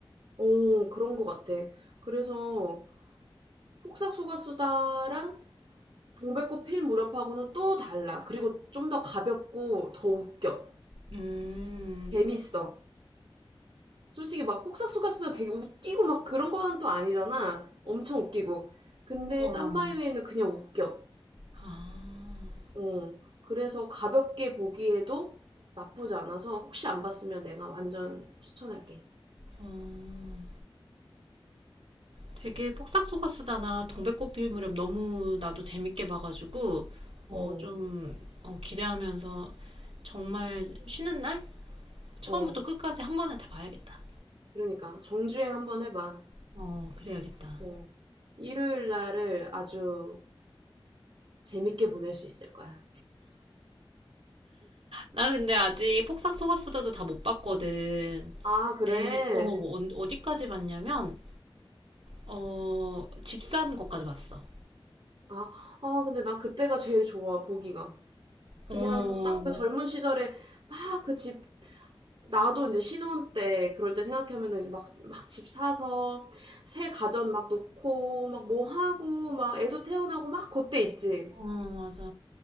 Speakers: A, on the right; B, on the right.
A: 어, 그런 것 같아. 그래서 폭삭소가수다랑 동백꽃 필 무렵하고는 또 달라. 그리고 좀 더 가볍고 더 웃겨.
B: 음.
A: 재밌어. 솔직히 막 폭삭소가수다 되게 웃기고 막 그런 거는 또 아니잖아. 엄청 웃기고. 근데
B: 어.
A: 쌈마이웨이는 그냥 웃겨.
B: 아,
A: 어, 그래서 가볍게 보기에도 나쁘지 않아서 혹시 안 봤으면 내가 완전 추천할게.
B: 어. 되게 폭삭소가수다나 동백꽃 필 무렵 너무 나도 재밌게 봐가지고,
A: 어,
B: 어, 좀, 어, 기대하면서 정말 쉬는 날? 처음부터
A: 어.
B: 끝까지 한 번에 다 봐야겠다.
A: 그러니까 정주행 한번 해봐.
B: 어, 그래야겠다.
A: 어. 일요일 날을 아주 재밌게 보낼 수 있을 거야.
B: 나 근데 아직 폭삭소가수다도 다 못 봤거든.
A: 아, 그래?
B: 내, 어, 어- 어디까지 봤냐면, 어, 집산 것까지 봤어.
A: 아, 아, 근데 나 그때가 제일 좋아, 보기가. 그냥
B: 어,
A: 딱 그 젊은 시절에 막그집 나도 이제 신혼 때 그럴 때 생각하면은 막 막 집 사서 새 가전 막 놓고 막 뭐 하고 막 애도 태어나고 막 그때 있지.
B: 어, 맞아.